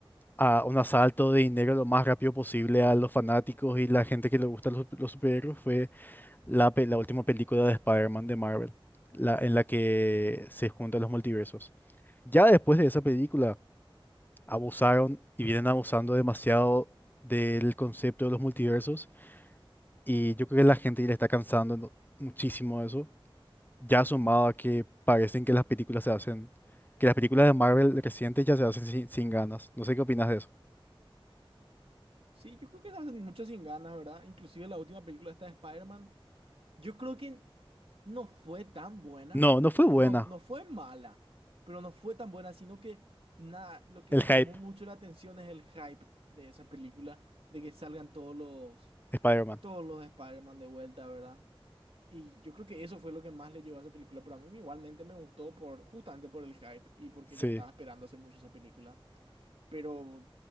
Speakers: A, on the left (about 20°); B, on the right (about 80°).
A: a un asalto de dinero lo más rápido posible a los fanáticos y la gente que le gusta los, los superhéroes fue la, pe- la última película de Spider-Man de Marvel, la, en la que se juntan los multiversos. Ya después de esa película, abusaron y vienen abusando demasiado del concepto de los multiversos y yo creo que la gente ya le está cansando ¿no? muchísimo de eso, ya sumado a que parecen que las películas se hacen, que las películas de Marvel recientes ya se hacen sin, sin ganas. No sé qué opinas de eso.
B: Sí, yo creo que se hacen mucho sin ganas, ¿verdad? Inclusive la última película esta de Spider-Man, yo creo que no fue tan buena,
A: No, no fue buena.
B: no, no fue mala, pero no fue tan buena, sino que nada, lo que
A: El hype,
B: llamó mucho la atención es el hype de esa película, de que salgan todos los,
A: Spider-Man.
B: todos los Spider-Man de vuelta, ¿verdad? Y yo creo que eso fue lo que más le llevó a esa película, pero a mí igualmente me gustó por, justamente por el hype y porque
A: Sí.
B: ya estaba esperando hace mucho esa película. Pero,